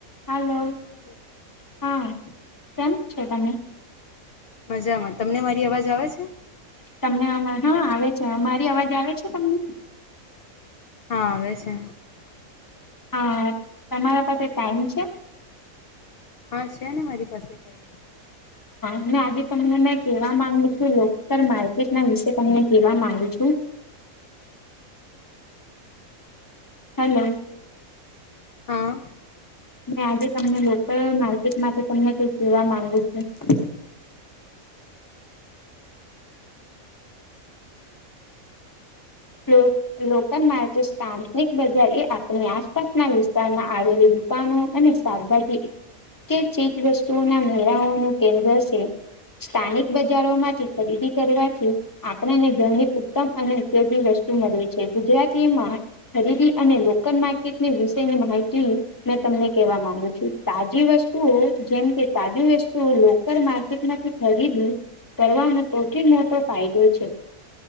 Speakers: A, on the left; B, on the left.
A: Hello
B: hello.
A: હા કેમ છે તને?
B: મજામાં તમને મારી અવાજ આવે છે.
A: તમને હા આવે છે અમારી અવાજ આવે છે તમને
B: હા આવે છે
A: હ તમારા પાસે ટાઈમ છે
B: હા છે ને મારી પાસે ટાઇમ
A: અને આજે તમને મે કેવા માંગુ છું લોકતર માર્કેટ ના વિશે તમને કેવા માંગુ છું <inaudible> હલો
B: હા
A: મે આજે તમને લોકલ માર્કેટ માટે તમને કઈક કેવા માંગુ છું <inaudible> લો લોકલ માર્કેટ સ્થાંતનિક બજાર એ આપણી આસપાસના વિસ્તારમાં આવેલી દુકાનો અને શાકભાજી જે ચીજ વસ્તુઓના મેળાઓનું કેન્દ્ર છે સ્થાનિક બજારોમાંથી ખરીદી કરવાથી આપણને ઘરની ઉત્તમ અને ઉપયોગ ની વસ્તુ મળે છે ગુજરાતીમાં ખરીદી અને લોકલ માર્કેટની વિશેની માહિતી મેં તમને કેવા માંગુ છું તાજી વસ્તુઓ જેમ કે તાજી વસ્તુઓ લોકલ માર્કેટ માંથી ખરીદી કરવાનો સૌથી મોટો ફાયદો છે